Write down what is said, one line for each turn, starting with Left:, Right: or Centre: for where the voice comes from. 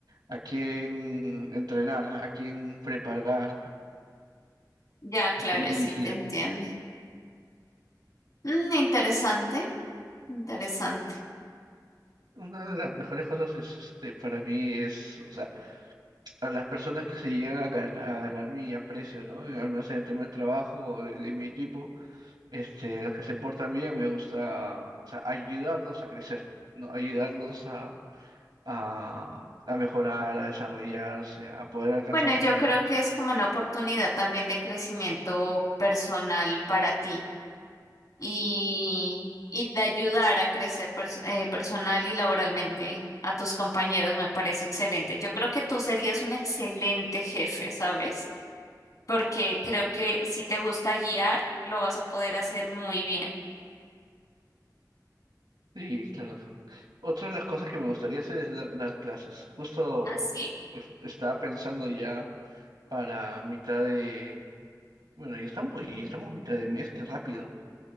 Right: a quien entrenar, a quien preparar,
Left: ya, claro,
Right: a quien dirigir.
Left: sí te entiendo. Mm, interesante, interesante.
Right: Una de las mejores cosas es, este, para mí es, o sea, a las personas que se llegan a, gan- a ganar mi aprecio, ¿no? Al menos en el tema del trabajo o de, de mi equipo, este, los que se portan bien, me gusta, o sea, ayudarlos a crecer, ¿no? Ayudarlos a, a, a mejorar, a desarrollarse, a poder alcanzar
Left: Bueno,
Right: sus
Left: yo
Right: metas.
Left: creo que es como una oportunidad también de crecimiento personal para ti. y, y te ayudar a crecer pers- eh, personal y laboralmente a tus compañeros me parece excelente. Yo creo que tú serías un excelente jefe, ¿sabes? Porque creo que si te gusta guiar, lo vas a poder hacer muy bien.
Right: Sí, claro. Otra de las cosas que me gustaría hacer es dar, dar clases. Justo
Left: ¿Ah, sí?
Right: es- estaba pensando ya para mitad de... Bueno, ya estamos, oye, ya estamos mitad de mes, qué rápido.